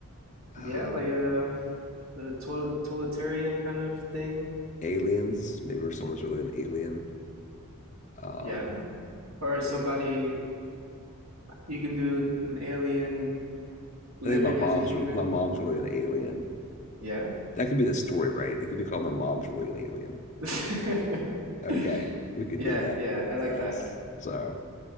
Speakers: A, on the right (about 60°); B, on the left (about 35°).
A: Yeah,
B: um,
A: like a, a total, totalitarian kind of thing.
B: aliens? Maybe if someone's really an alien. Um,
A: Yeah. Or somebody you can do an, an alien living
B: I think my mom's
A: as a human.
B: re- my mom's really an alien,
A: Yeah.
B: That could be the story, right? It could be called My Mom's Really an Alien.
A: <laughs>
B: Okay, we could
A: Yeah,
B: do that.
A: yeah, I like
B: Yes.
A: that.
B: So,